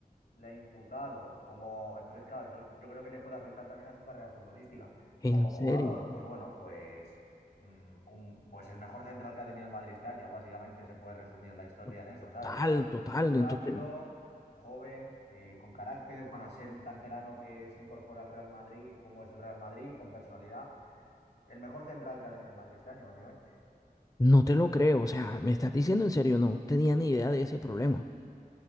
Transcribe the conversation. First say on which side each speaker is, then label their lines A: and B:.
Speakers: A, on the left (about 85°); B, on the left (about 20°).
A: le ha imputado como, entonces, claro, eso yo creo que le puede afectar también a su carrera futbolística.
B: En
A: Como
B: serio,
A: jugador, pues bueno, pues, mm, un- pues el mejor central que ha tenido el Madrid este año, básicamente se puede resumir la historia
B: to-
A: en eso,
B: total,
A: ¿sabes? O sea,
B: total,
A: rápido,
B: entonces
A: joven, eh, con carácter para ser un canterano que se incorpora al Real Madrid, como es el Real Madrid, con personalidad. El mejor central que ha tenido el Madrid este año, básicamente.
B: no te lo creo, o sea, me estás diciendo en serio, no tenía ni idea de ese problema.